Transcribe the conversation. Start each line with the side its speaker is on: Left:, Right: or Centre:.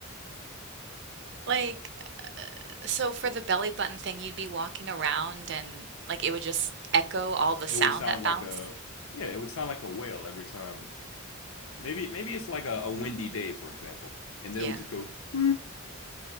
Right: Like, so for the belly button thing, you'd be walking around and like it would just echo all the sound
Left: It would sound
Right: that bounced.
Left: like a yeah, it would sound like a whale every time. Maybe maybe it's like a, a windy day, for example, and then
Right: Yeah.
Left: it would just go. <laughs>